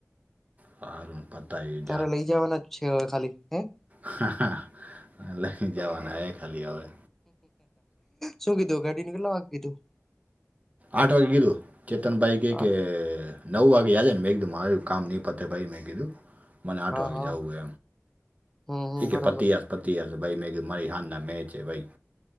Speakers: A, on the right; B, in the centre.
A: સારું પતાવી
B: તારે લઈ જવાના જ છે હવે ખાલી હે.
A: હા લઈને જવાના હ ખાલી હવે.
B: શું કીધું ઘાડીને કેટલા વાક કીધુ
A: આટો ગીધું ચેતન બઈકી
B: આઠ
A: કે નવ વા્યાેયાદ નને મેઘીું મારીું કામ નનીં પત્ર ભાઈ મેગીું મને આઠ
B: હા
A: વાગે
B: હા
A: જવું
B: હમ હમ
A: એમ કે
B: બરાબર
A: પતિ પતિ હસ ભાઈ મે મારી હાના મે છે ભાઈ